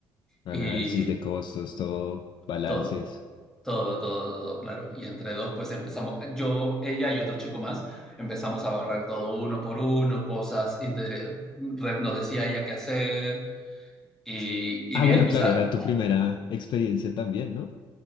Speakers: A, on the left (about 55°); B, in the centre.
A: análisis
B: y
A: de costos, todo, balances.
B: todo, todo, todo, todo, claro. Y entre dos, pues empezamos, yo, ella y otro chico más, empezamos a barrer todo uno por uno, cosas, inter- re- nos decía ella qué hacer Y,
A: Ah,
B: y bien,
A: bueno, claro,
B: o sea,
A: era tu primera experiencia también, ¿no?